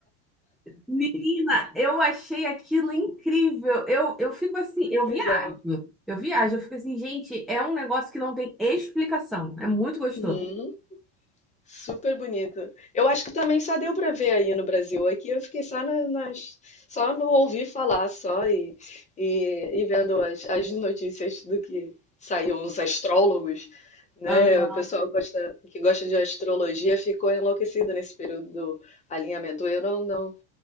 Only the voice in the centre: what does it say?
Menina, eu achei aquilo incrível. Eu, eu fico assim, eu
viajo.
Eu viajo, eu fico assim, gente, é um negócio que não tem explicação. É muito gostoso.
Aham.